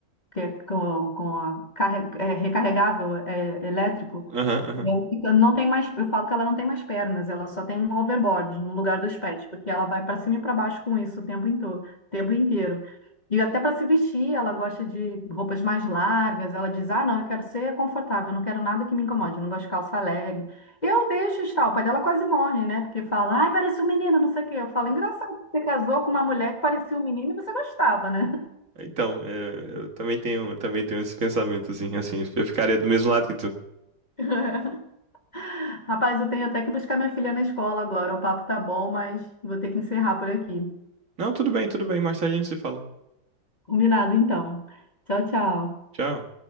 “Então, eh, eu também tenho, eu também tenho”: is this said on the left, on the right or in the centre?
Right